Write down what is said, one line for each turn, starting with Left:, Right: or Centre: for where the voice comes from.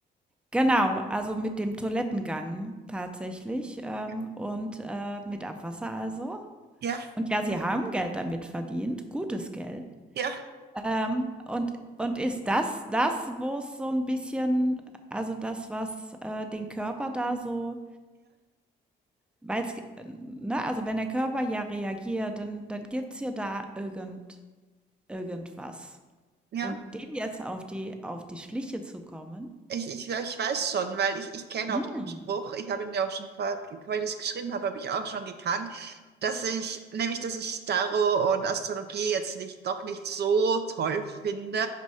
Centre: Genau, also mit dem Toilettengang tatsächlich ähm,
Right: Ja,
Centre: und äh, mit Abwasser also.
Right: ja,
Centre: Und ja, sie haben Geld damit verdient, gutes Geld.
Right: ja,
Centre: Ähm, und und ist das das, wo es so ein bisschen also das, was, äh, den Körper da so weil g ne, also wenn der Körper ja reagiert, dann dann gibt's ja da irgend irgendwas.
Right: ja.
Centre: Und dem jetzt auf die auf die Schliche zu kommen,
Right: Ich, ich, ich weiß schon, weil ich, ich kenne
Centre: hm.
Right: auch den Spruch. Ich habe ihn ja auch schon vor, weil ich das geschrieben habe, habe ich auch schon gekannt, dass ich, nämlich, dass ich Tarot und Astrologie jetzt nicht, doch nicht so toll finde.